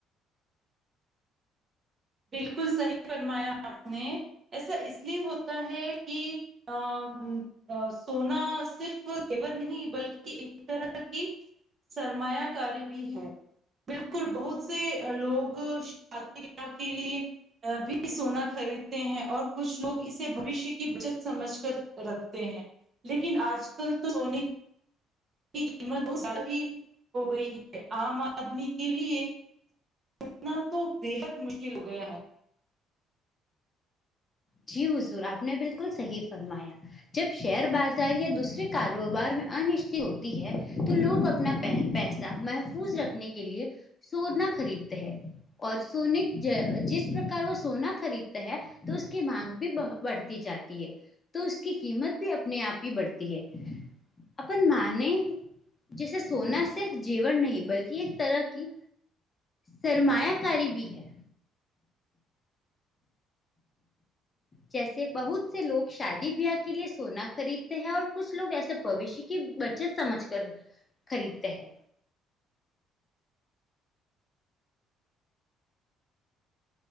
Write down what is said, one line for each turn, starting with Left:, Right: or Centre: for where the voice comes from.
Right: بالکل صحیح فرمایا آپ نے ایسا اس لیے ہوتا ہے کہ <inaudible> سونا صرف زیور نہیں بلکہ ایک طرح کی سرمایہ کاری بھی ہے بالکل بہت سے لوگ شادیاں کے لیے بھی سونا خریدتے ہیں اور کچھ لوگ اسے بھویشے کی بچت سمجھ کر رکھتے ہیں لیکن آج کل تو سونے کی قیمت س ہو گئی ہے عام آدمی کے لیے اتنا تو بےحد مشکل ہو گیا ہے
Left: جی حضور آپ نے بالکل صحیح فرمایا جب شیئر بازار یا دوسرے کاروبار میں انشٹی ہوتی ہے تو لوگ اپنا پیس محفوظ رکھنے کے لیے سونا خریدتے ہیں اور سونے جس پرکار وہ سونا خریدتے ہیں تو اس کی مانگ بھی بڑھتی جاتی ہے تو اس کی قیمت بھی اپنے آپ ہی بڑھتی ہے اپن مانے جیسے سونا صرف جیور نہیں بلکہ ایک طرح کی سرمایہ کاری بھی ہے جیسے بہت سے لوگ شادی بیاہ کے لیے سونا خریدتے ہیں اور کچھ لوگ ایسے بوشیہ کے کہ بچت سمجھ کر خریدتے ہیں